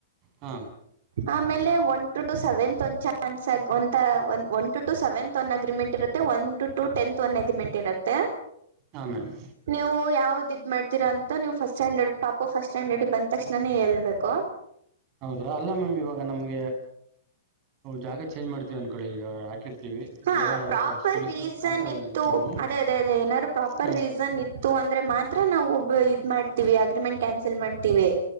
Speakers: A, on the right; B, on the right.
A: ಹಾ
B: ಆಮೇಲೆ ಒನ್ ಟು ಟು ಸೆವೆನ್ತ್ ಒಂದು ಚಾನ್ಸ್ ಆಗ ಒ ಒ ಒನ್ ಟು ಟ ಸೆವೆಂತ್ ಒ ಅಗ್ರಿಮೆಂಟ್ ಇರುತ್ತೆ one to to tenth one agreement ಇರುತ್ತೆ
A: ಹಾಂ ಮ್ಯಾಮ್
B: ನೀವು ಯಾವ್ದ ಇದ್ ಮಾಡ್ತೀರಾ ಅಂತ ನೀವು ಫಸ್ಟ್ ಸ್ಟ್ಯಾಂಡರ್ಡ್ ಪಾಪ ಫಸ್ಟ್ ಸ್ಟ್ಯಾಂಡ್ಡಿ ಬಂದ ತಕ್ಷಣಾನೇ ಹೇಳ್ಬೇಕು
A: ಹೌದ್ರಾ ಅಲ್ಲ ಮ್ಯಾಮ್ ಇವಾಗ ನಮ್ಗೆ ಜಾಗ ಚೇಂಜ್ ಮಾಡ್ತೀವಿ ಅನ್ಕೊಳ್ಳಿ ಈಗ ಹಾಕಿರ್ತಿೀವಿ
B: ಹಾ
A: ಬೇರೆ
B: ಪ್ರಾಪರ್
A: ಸ್ಕೂಲ
B: ರೀಸನ್
A: ಆತರ
B: ಇತ್ತು
A: ಏನಿಲ್ಲ ಪ್ರಾಬ್ಲಮು
B: ಅದೇ ಅದೇ ಅದೇ ಏನಾದ್ರು ಪ್ರಾಪರ್
A: ಹ್ಞೂ
B: ರೀಸನ್ ಇತ್ತು ಅಂದ್ರೆ ಮಾ ಹತ್ರ ನಾವು ಒಬ್ಬ ಇದ್ ಮಾಡ್ತೀವಿ ಅಗ್ರಿಮೆಂಟ್ ಕ್ಯಾನ್ಸಲ್ ಮಾಡ್ತೀವಿ